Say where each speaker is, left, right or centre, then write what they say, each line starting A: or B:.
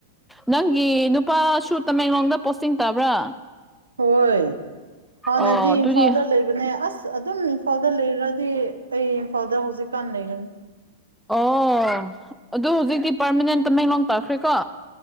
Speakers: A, in the centre; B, on the right.
A: ꯅꯪꯒꯤ ꯅꯨꯄꯥꯁꯨ ꯇꯃꯦꯡꯂꯣꯡꯗ ꯄꯣꯁꯇꯤꯡ ꯇꯥꯕ꯭ꯔꯥ?
B: ꯍꯣꯏ꯫ ꯍꯥꯟꯅꯗꯤ
A: ꯑꯣ ꯑꯗꯨꯗꯤ
B: ꯏꯝꯐꯥꯜꯗ ꯂꯩꯕꯅꯦ ꯑꯁ ꯑꯗꯨꯝ ꯏꯝꯐꯥꯜꯗ ꯂꯩꯔꯗꯤ <unintelligible> ꯍꯧꯖꯤꯛꯀꯥꯟ ꯂꯩꯒꯅꯤ
A: ꯑꯣ ꯑꯗꯨ ꯍꯧꯖꯤꯛꯇꯤ ꯄꯥꯔꯃꯅꯦꯟꯇ ꯇꯥꯃꯦꯡꯂꯣꯡ ꯇꯥꯛꯈ꯭ꯔꯦꯀꯣ꯫